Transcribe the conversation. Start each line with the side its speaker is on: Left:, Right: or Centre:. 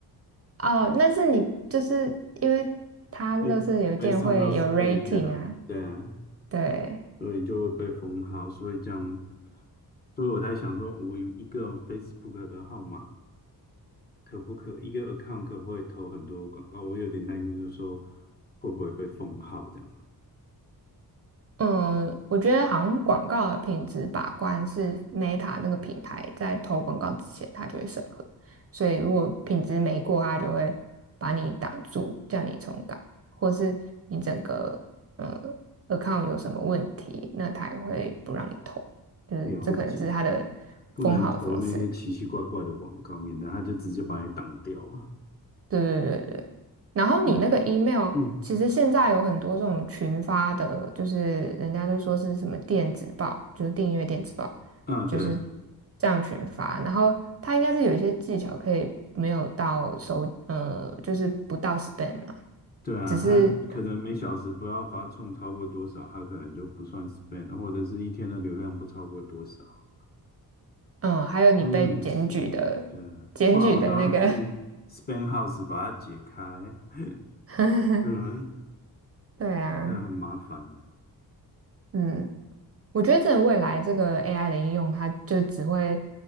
Right: 哦，那是你就是因为它乐圾邮件会有
Left: 被被上到 spam
Right: rating
Left: 去了，
Right: 啊，
Left: 对啊，
Right: 对，
Left: 所以就会被封号，所以这样，所以我才想说，我有一个 Facebook 的号码，可不可一个 account 可不可以投很多广告？我有点担心，就是说会不会被封号这样。
Right: 嗯，我觉得好像广告的品质把关是 Meta 那个平台在投广告之前，它就会审核，所以如果品质没过，它就会把你挡住，叫你重改，或是你整个呃 account 有什么问题，那它也会不让你投，就是这可能是它的
Left: 了解，不能投那些奇奇怪怪的广告，
Right: 封号的方式。
Left: 免得他就直接把你挡掉了。
Right: 对对对对，然后你那个
Left: 嗯，
Right: email，
Left: 嗯，
Right: 其实现在有很多这种群发的，就是人家都说是什么电子报，就是订阅电子报，
Left: 啊，对
Right: 就是这样群发。然后它应该是有一些技巧可以没有到收，呃，就是不到 spam 嘛，
Left: 对啊，
Right: 只是
Left: 他可能每小时不要发送超过多少，他可能就不算 s p e n d 或者是一天的流量不超过多少，
Right: 嗯、呃还有你被检举的，
Left: 诸如此类的，
Right: 检举的那个
Left: 不然我都要去 s p e n d house 把它解开，<laughs>
Right: <laughs>
Left: 嗯，
Right: 对啊，
Left: 这很麻烦的。
Right: 嗯。我觉得真的未来这个 AI 的应用，它就只会